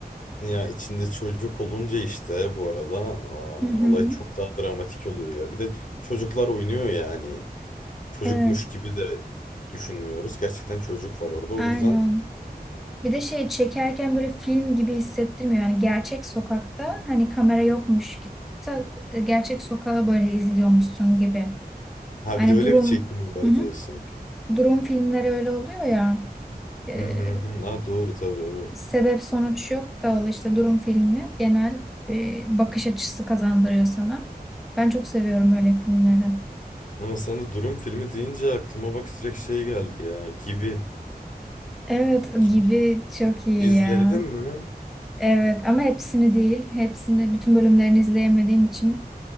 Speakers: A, on the left; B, in the centre.
A: ya içinde çocuk olunca işte bu arada aa,
B: Hı hı.
A: olay çok daha dramatik oluyor ya. Bir de çocuklar oynuyor yani. çocukmuş
B: Evet,
A: gibi de düşünmüyoruz. Gerçekten çocuk var orada. O
B: aynen.
A: yüzden
B: Bir de şey çekerken böyle film gibi hissettirmiyor. Yani gerçek sokakta hani kamera yokmuş ki Ta- Gerçek sokağı böyle izliyormuşsun gibi.
A: ha
B: Hani
A: bir de öyle
B: durum
A: bir çekimi var
B: hı hı.
A: diyorsun.
B: durum filmleri öyle oluyor ya. e,
A: Hı hı hı. Ha doğru tabii evet.
B: sebep sonuç yok da o işte durum filmi genel e, bakış açısı kazandırıyor sana. Ben çok seviyorum öyle filmleri.
A: Ama sana durum filmi deyince aklıma bak direkt şey geldi ya. Gibi.
B: Evet
A: Gibi
B: gibi çok iyi
A: izledin
B: ya.
A: mi?
B: Evet ama hepsini değil. Hepsini bütün bölümlerini izleyemediğim için